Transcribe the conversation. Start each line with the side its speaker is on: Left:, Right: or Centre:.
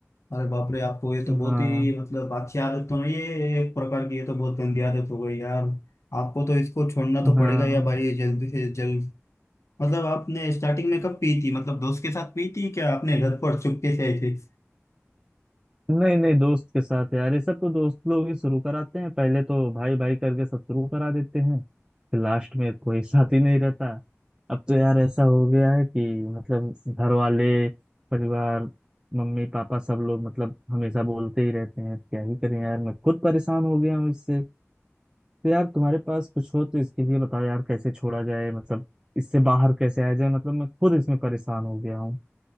Left: अरे बाप रे आपको ये तो बहुत
Right: हाँ
Left: ही मतलब अच्छी आदत तो नहीं है ये एक प्रकार की ये तो बहुत गंदी आदत हो गई यार आपको तो इसको छोड़ना तो
Right: हाँ
Left: पड़ेगा या भाई जल्दी से जल्द मतलब आपने स्टार्टिंग में कब पी थी मतलब दोस्त के साथ पी थी क्या आपने घर पर चुपके से ऐसे
Right: नहीं नहीं दोस्त के साथ यार ये सब तो दोस्त लोग ही शुरू कराते हैं पहले तो भाई भाई करके सब शुरू करा देते हैं फिर लास्ट में कोई <laughs> साथ ही नहीं रहता अब तो यार ऐसा हो गया है कि मतलब घर वाले परिवार मम्मी पापा सब लोग मतलब हमेशा बोलते ही रहते हैं क्या ही करें यार मैं खुद परेशान हो गया हूँ इससे तो यार तुम्हारे पास कुछ हो तो इसके लिए बताओ यार कैसे छोड़ा जाए मतलब इससे बाहर कैसे आया जाए मतलब मैं खुद इसमें परेशान हो गया हूँ